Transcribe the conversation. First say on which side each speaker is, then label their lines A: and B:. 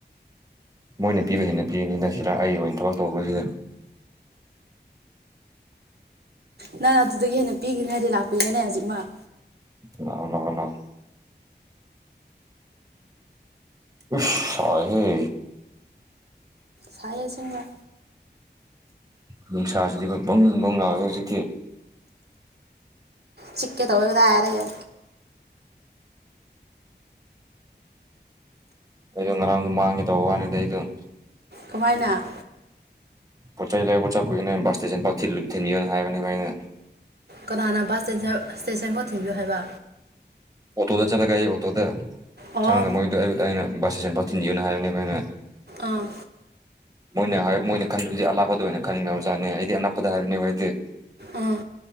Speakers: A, on the right; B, on the right.
A: ꯃꯣꯏꯅ ꯄꯤꯕ ꯍꯦꯟꯅ ꯄꯤꯒꯅꯤꯗ ꯁꯤꯗ ꯑꯩ ꯑꯣꯏꯅ ꯊꯕꯛ ꯇꯧꯕꯁꯤꯗ
B: ꯅꯪ ꯑꯗꯨꯗꯒꯤ ꯍꯦꯟꯅ ꯄꯤꯒꯅꯤ ꯍꯥꯏꯗꯤ ꯂꯥꯛꯄꯤꯒꯅꯦ ꯍꯧꯖꯤꯛꯃꯛ
A: ꯂꯑꯣ ꯂꯑꯣ ꯂꯑꯣ ꯏꯁ ꯁꯥꯏꯍꯦ
B: ꯁꯁꯤꯡꯁꯤꯡꯕ
A: ꯅꯨꯡꯁꯥꯁꯤꯗꯤ ꯑꯩꯈꯣꯏ ꯄꯪ ꯄꯕꯨꯡ ꯂꯥꯎꯋꯦ ꯍꯧꯖꯤꯛꯇꯤ
B: ꯆꯤꯦ ꯇꯧ ꯀꯗꯥꯔꯒ
A: ꯑꯩ ꯉ꯭ꯔꯥꯡꯃ ꯍꯦ ꯇ ꯍ ꯋꯥꯅꯤꯗꯥꯏꯗ <unintelligible>
B: ꯀꯃꯥꯏꯅ
A: ꯄꯣ ꯆꯩ ꯂꯩꯕ ꯄꯨꯆꯥ ꯀꯣꯏꯅ ꯁꯇꯦ ꯄꯊꯤ ꯂꯨꯨꯞꯊꯅꯤꯅ ꯍꯥꯏꯕꯣꯏꯅ
B: ꯀꯅꯥꯅ ꯕꯁ ꯏꯁꯇꯦꯟꯁꯟꯐꯥꯎꯠ ꯊꯤꯟꯕꯤꯌꯨ ꯍꯥꯏꯕ
A: ꯑꯣꯇꯣꯗ ꯆꯠꯂꯒ ꯑꯩ ꯑꯣꯇꯣꯗ
B: ꯑꯣ
A: ꯆꯪꯉꯒ ꯃꯣꯏꯗꯨ ꯑꯗ ꯑꯩꯅ ꯕꯁꯇ ꯆꯦꯟ ꯐꯥꯎ ꯊꯤꯟꯁꯤꯌꯅ ꯍꯥꯏꯕꯅꯦꯕ ꯑꯩꯅ
B: ꯑꯥ
A: ꯃꯣꯏꯅ ꯃꯣꯏꯅ ꯈꯟꯕꯗꯤ ꯑꯂꯥꯞꯄꯗ ꯑꯣꯏꯅ ꯈꯟꯅꯤꯡꯉꯕꯖꯥꯠꯅꯤ ꯑꯩꯗꯤ ꯑꯅꯛꯄꯗ ꯍꯥꯏꯕꯅꯤꯗꯤ
B: ꯑꯥ